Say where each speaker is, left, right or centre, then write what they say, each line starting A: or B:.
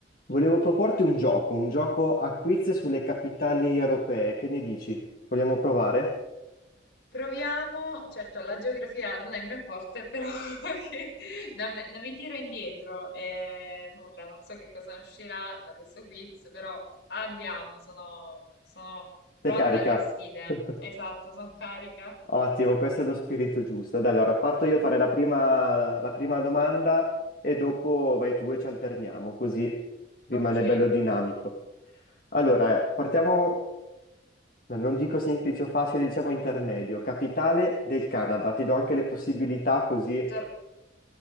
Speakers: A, on the left (about 50°); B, on the left (about 70°).
A: Volevo proporti un gioco, un gioco a quiz sulle capitali europee. Che ne dici? Vogliamo provare?
B: Proviamo, certo, la geografia non è il mio forte, però <laughs> che- non, me- non mi tiro indietro e nulla, non so che cosa uscirà da questo quiz, però andiamo, sono, sono pronta
A: Te carica.
B: alle sfide.
A: <laughs>
B: Esatto, sono carica.
A: Ottimo, questo è lo spirito giusto. Dai, allora parto io a fare la prima, la prima domanda e dopo vai tu e ci alterniamo, così rimane
B: Ok,
A: bello dinamico. Allora, eh, partiamo, no, non dico semplice o facile, diciamo intermedio. Capitale del Canada, ti do anche le possibilità così.
B: tor-